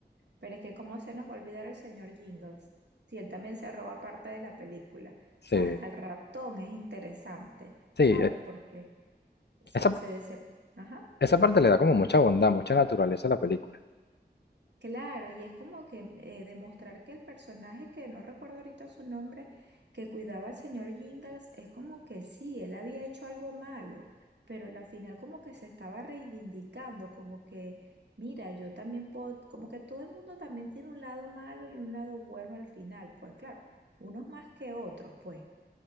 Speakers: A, on the right (about 75°); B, on the left (about 70°).
A: Pero es que cómo se nos va a olvidar el señor Jingles, si él también se roba parte de la película. O
B: sí,
A: sea, hasta el ratón es interesante.
B: sí,
A: ¿Sabes
B: eh,
A: por qué? O sea,
B: esa,
A: se dese... Ajá.
B: Esa parte le da como mucha bondad, mucha naturaleza a la película.
A: Claro, y es como que mm, eh, demostrar que el personaje, que no recuerdo ahorita su nombre, que cuidaba al señor Jingles, es como que sí, él había hecho algo malo, pero al final como que se estaba reivindicando, como que, mira, yo también puedo, como que todo el mundo también tiene un lado malo y un lado bueno al final, pues claro, unos más que otros, pues.